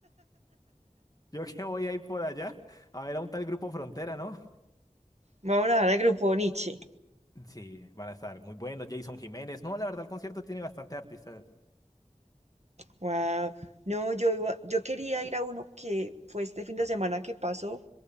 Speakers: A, on the left; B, on the right.
A: Yo que voy a ir por allá a ver a un tal grupo Frontera, ¿no?
B: Vamos a hablar del grupo Nietzsche.
A: Sí, van a estar muy buenos. Jason Jiménez. No, la verdad, el concierto tiene bastante artistas.
B: Wow. No, yo iba- yo quería ir a uno que fue este fin de semana que pasó,